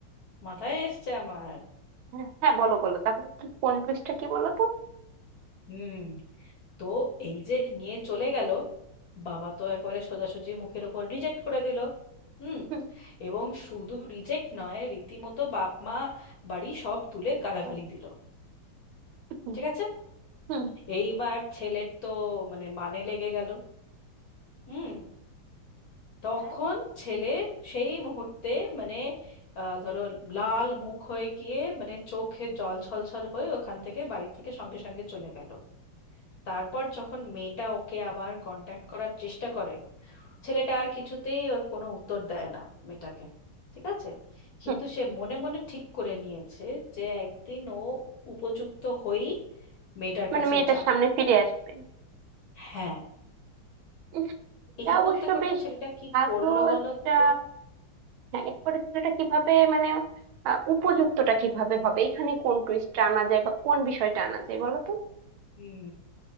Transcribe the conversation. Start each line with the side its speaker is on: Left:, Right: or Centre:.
Left: মাথায় এসছে আমার
Right: হ্যাঁ হ্যাঁ, বলো বলো তাহলে কি কোন পৃষ্ঠা কি বলো তো
Left: হুম তো এই যে নিয়ে চলে গেল বাবা তো একেবারে সোজাসুজি মুখের ওপর রিজেক্ট করে দিল হুম
Right: হুম
Left: এবং শুধু রিজেক্ট নয় রীতিমতো বাপ মা বাড়ি সব তুলে গালাগালি দিল
Right: হুম
Left: ঠিক আছে
Right: হুম,
Left: এইবার ছেলের তো মানে মানে লেগে গেল হুম তখন
Right: হ্যাঁ
Left: ছেলে সেই মুহূর্তে মানে আহ, ধরো লাল মুখ হয়ে গিয়ে মানে চোখে জল ছলছল হয়ে ওখান থেকে বাড়ি থেকে সঙ্গে সঙ্গে চলে গেল তারপর যখন মেয়েটা ওকে আবার কন্ট্যাক্ট করার চেষ্টা করে ছেলেটা আর কিছুতেই ওর কোনো উত্তর দেয় না মেয়েটাকে ঠিক আছে কিন্তু
Right: হুম
Left: সে মনে মনে ঠিক করে নিয়েছে যে একদিন ও উপযুক্ত হয়েই মেয়েটার
Right: মানে
Left: কাছে
Right: মেয়েটার
Left: যাবে
Right: সামনে ফিরে আসবে
Left: হ্যাঁ
Right: উম, এটা
Left: এই
Right: অবশ্য
Left: করতে করতে
Right: বেশ
Left: ছেলেটা কি
Right: ভালো
Left: করলো বলো
Right: একটা
Left: তো
Right: হ্যাঁ এরপরে ছেলেটা কিভাবে মানে আহ, উপযুক্তটা কিভাবে হবে এখানে কোন টুইস্টটা আনা যায় বা কোন বিষয়টা আনা যায় বলো তো
Left: হুম